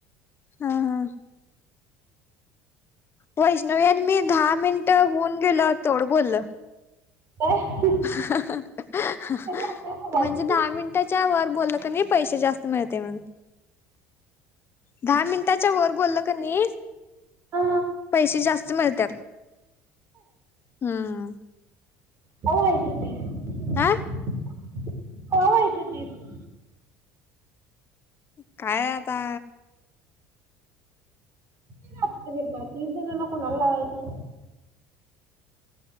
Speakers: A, on the left; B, on the right.
A: हा-हा. वैष्णवी यांनी मी दहा मिनिटं होऊन गेल तेवढं बोललं.
B: काय?
A: <unintelligible>
B: आता बोलालतीस?
A: म्हणजे दहा मिन त्याचावर बोललं त्यांनी पैसे जास्त मिळते म्हण दहा मिनिटाच्या वर बोलल का नाही
B: हा
A: पैसे जास्त मिळत्यात हम्म.
B: कवा यायची ती?
A: आह.
B: कवा व्हायचे तीस?
A: काय आता
B: <unintelligible> कोणाला लावायचं